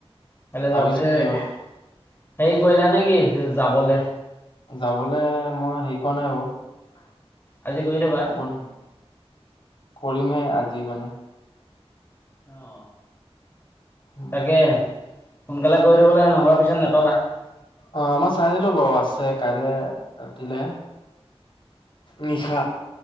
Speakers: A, on the left; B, on the left.
A: কাইলে
B: ভাবিছো
A: যা এ
B: কি হয়
A: হেৰি কৰিলা নেকি যাবলে।
B: যাবলৈ মই হেৰি কৰাৱা নাই বাৰু। <unintelligible>
A: আজি কৰি থবা
B: কৰিমহে আজি মানে।
A: অ,
B: উম
A: তাকে সোনকালে কৰি থ'ব লাগে নহ'বা পিছত নেপাবা।
B: অ, মই চাইছিলো বাৰু আছে কাইলে ৰাতিলে। নিশা